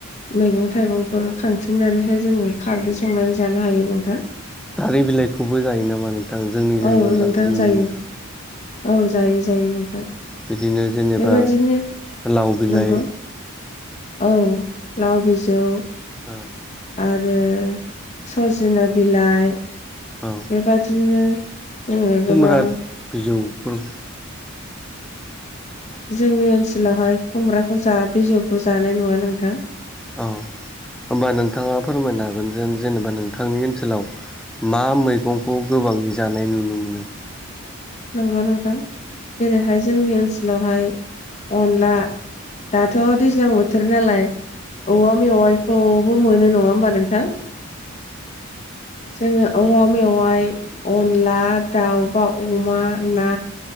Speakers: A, on the left; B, in the centre.
A: मैगं थाइगंफोर खांथिंनानैहाय जोङो खारदै संनानै जानो हायो नोंथां
B: जारि बिलाइखौबो जायो नामा नोंथां जोंनि जायगायाव
A: औ नोंथां
B: जानाय नुयो
A: जायो
B: नोंथां
A: औ जायो जायो नोंथां
B: बिदिनो जेनेबा
A: बेबादिनो
B: लाव बिलाइ
A: नंगौ औ लाव बिजौ
B: औ
A: आरो सजिना बिलाइ
B: औ
A: बेबादिनो जोङो
B: खुमब्रा
A: गोबां
B: बिजौफोर
A: जोंनि ओनसोलावहाय खुमब्राखौ जा बिजौखौ जानाय नुवा नोंथां
B: औ होमबा नोंथाङा फोरमायनो हागोन जे जेनेबा नोंथांनि ओनसोलाव मा मैगंखौ गोबाङै जानाय नुनो मोनो।
A: नंगौ नोंथां जेरैहाय जोंनि ओनसोलावहाय अनला दाथ' दैज्लां बोथोर नालाय औवा मेवाइखौबो मोनो नङा होमबा नोंथां जोङो औवा मेवाइ अनला दाउबा अमा ना